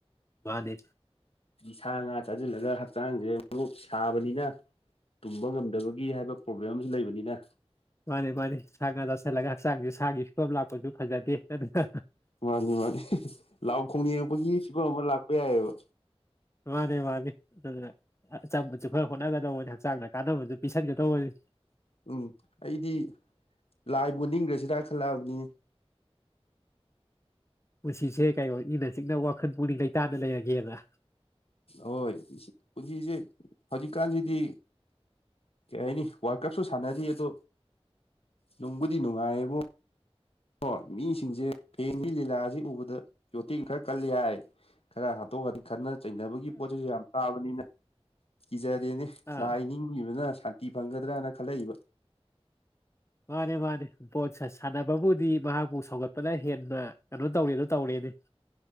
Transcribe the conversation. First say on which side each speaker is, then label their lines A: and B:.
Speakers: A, on the left (about 25°); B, on the left (about 65°).
A: ꯃꯥꯅꯦ
B: ꯁꯥ ꯉꯥ ꯆꯥꯁꯤꯜꯂꯒ ꯍꯛꯆꯥꯡꯁꯦ ꯑꯃꯨꯛ ꯁꯥꯕꯅꯤꯅ ꯇꯨꯝꯕ ꯉꯝꯗꯕꯒꯤ ꯍꯥꯏꯕ ꯄ꯭ꯔꯣꯕ꯭ꯂꯦꯝ ꯑꯃꯁꯨ ꯂꯩꯕꯅꯤꯅ
A: ꯃꯥꯅꯤ ꯃꯥꯅꯦ ꯁꯥ ꯉꯥ ꯆꯥꯁꯤꯜꯂꯒ ꯍꯛꯆꯥꯡꯁꯦ ꯁꯥꯒꯤ ꯐꯤꯕꯝ ꯂꯥꯛꯄꯁꯨ ꯐꯖꯗꯦ ꯑꯗꯨꯒ
B: ꯃꯥꯅꯤ ꯃꯥꯅꯤ ꯂꯥꯎ ꯈꯣꯡ ꯌꯦꯡꯉꯛꯄꯒꯤ ꯐꯤꯕꯝ ꯑꯃ ꯂꯥꯛꯄ ꯌꯥꯏꯑꯕ
A: ꯑꯗꯦ ꯃꯥꯗꯦ ꯑꯗꯨ ꯑꯆꯝꯕꯁꯨ ꯈꯔ ꯍꯣꯠꯅꯒꯗꯧꯕꯅꯤ ꯍꯛꯆꯥꯡꯗ ꯀꯥꯟꯅꯕꯗꯨ ꯄꯤꯁꯟꯒꯗꯧꯕꯅꯤ
B: ꯎꯝ ꯑꯩꯗꯤ ꯂꯥꯏꯕꯨ ꯅꯤꯡꯈ꯭ꯔꯁꯤꯅ ꯈꯜꯂꯛꯑꯕꯅꯤ
A: ꯄꯨꯟꯁꯤꯁꯦ ꯀꯩꯅꯣ ꯏꯪꯅ ꯆꯤꯛꯅ ꯋꯥꯈꯜ ꯄꯨꯛꯅꯤꯡ ꯂꯩꯇꯥꯅ ꯂꯩꯔꯒꯦꯅ
B: ꯍꯣꯏ ꯄꯨꯟꯁꯤꯁꯦ ꯍꯧꯖꯤꯛꯀꯥꯟꯁꯤꯗꯤ ꯀꯩ ꯍꯥꯏꯅꯤ ꯋꯥꯔꯜ ꯀꯞꯁꯨ ꯁꯥꯟꯅꯔꯤ ꯑꯗꯣ ꯅꯨꯡꯕꯨꯗꯤ ꯅꯨꯡꯉꯥꯏꯌꯦꯕ ꯑꯣ ꯃꯤꯁꯤꯡꯁꯦ ꯊꯦꯡꯁꯤ ꯂꯤꯂꯥꯁꯤ ꯎꯕꯗ ꯌꯣꯇꯤꯟ ꯈꯔ ꯀꯜꯂꯤ ꯌꯥꯏ ꯈꯔ ꯍꯥꯠꯇꯣꯛ ꯈꯠꯅ ꯆꯩꯅꯕꯒꯤ ꯄꯣꯠ ꯆꯩꯁꯨ ꯌꯥꯝ ꯇꯥꯕꯅꯤꯅ ꯀꯤꯖꯔꯦꯅꯦ
A: ꯑꯥ
B: ꯂꯥꯏ ꯅꯤꯡꯉꯤꯕꯅ ꯁꯥꯟꯇꯤ ꯐꯪꯒꯗ꯭ꯔꯅ ꯈꯜꯂꯛꯏꯕ
A: ꯃꯥꯅꯦ ꯃꯥꯅꯦ ꯕꯣꯠ ꯁꯥꯟꯅꯕꯕꯨꯗꯤ ꯃꯍꯥꯛꯄꯨ ꯁꯧꯒꯠꯄꯅ ꯍꯦꯟꯅ ꯀꯩꯅꯣ ꯇꯧꯔꯦꯗ ꯇꯧꯔꯦꯅꯦ